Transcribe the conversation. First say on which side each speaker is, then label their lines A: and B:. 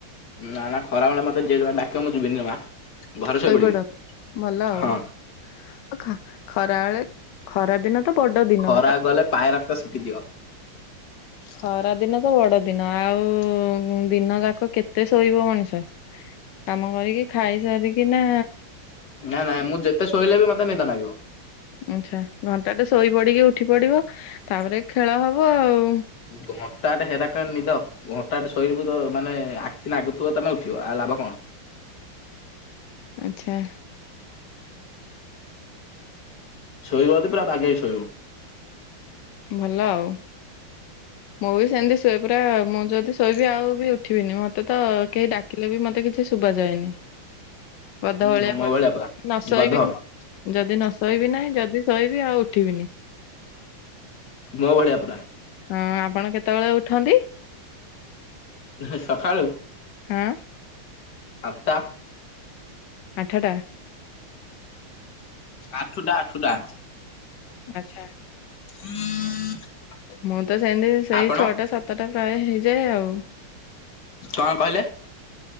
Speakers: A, on the left; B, on the left.
A: ନା ନା ଖରାବେଳେ ମତେ ଜିଏ ଡାକିବ ମୁଁ ଯିବିନି ଜମା। ଘରେ
B: ଶୋଇପଡ
A: ଶୋଇପଡିବି।
B: ଭଲ ଆଉ
A: ହଁ।
B: ଖରାବେଳେ ଖରାଦିନ ତ ବଡ ଦିନ।
A: ଖରାକୁ ଗଲେ ପାୟରାସ୍ତା ଶୁଖିଯିବ
B: ଖରା ଦିନ ତ ବଡ ଦିନ ଆଉ ଦିନ ଯାକ କେତେ ଶୋଇବ ମଣିଷ। କାମ କରିକି ଖାଇ ସାରିକି ନା
A: ନାଇଁ ନାଇଁ ମୁଁ ଯେତେ ଶୋଇଲେ ବି ମତେ ନିଦ ଲାଗିବ।
B: ଆଛା ଘଣ୍ଟାଟେ ଶୋଇ ପଡିକି ଉଠି ପଡିବ ତାପରେ ଖେଳ ହବ ଆଉ।
A: ଘଣ୍ଟାଟେ ହେରା କର ନିଦ। ଘଣ୍ଟାଟେ ସୋଇବୁ ତ ମାନେ ଆଖି ଲାଗୁଥିବ ତମେ ଉଠିବ ଆଉ ଲାଭ କଣ?
B: ଆଚଛା।
A: ଶୋଇବ ଯଦି ପୁରା ବାଗେଇକି ଶୋଇବ।
B: ଭଲ ଆଉ ମୁଁ ବି ସେମିତି ଶଇବ ପୁରା ମୁଁ ଯଦି ଶୋଇବି ଆଉ ବି ଉଠିବିନି। ମତେ ତ କେହି ଡାକିଲେ ବି ମତେ କିଛି ଶୁଭାଯାଏନି। ଗଧ
A: ହୁଁ
B: ଭଳିଆ
A: ମୋ
B: ପଡ
A: ପୁରା।
B: ପଡ଼ିଥିବି ନସୋଇବି
A: ଗଧ
B: ଯଦି ନସୋଇିବି ନାହିଁ, ଯଦି ଶୋଇିବି ଆଉ ଉଠିବିନି।
A: ମୋ ଭଳିଆ ପୁରା।
B: ହଁ ଆପଣ କେତେବେଳେ ଉଠନ୍ତି?
A: ହେ ସକାଳୁ?
B: ହଁ।
A: ଆଠ ଟା।
B: ଆଠଟା
A: ଆଠୁଟା ଆଠୁଟା।
B: ଆଚଛା।
A: <inaudible>
B: ମୁଁ ତ ସେମିତି ସେଇ
A: ଆପଣ
B: ଛଅଟା ସାତଟା ପ୍ରାୟ ହେଇଯାଏ ଆଉ।
A: କଣ କହିଲେ?